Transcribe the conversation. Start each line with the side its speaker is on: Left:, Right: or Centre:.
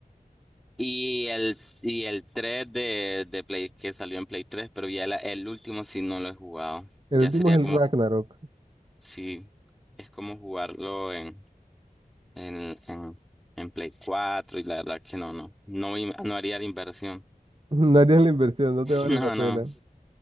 Centre: Y el, y el 3 de, de Play que salió en Play 3 pero ya la- el último sí no lo he jugado.
Right: último
Centre: Ya sería
Right: es
Centre: como,
Right: el Ragnarok.
Centre: sí, es como jugarlo en, en, en, en Play 4 y la verdad que no, no. No, im- no haría la inversión.
Right: No harías la inversión, no te
Centre: <laughs>
Right: vale
Centre: No,
Right: la pena.
Centre: no,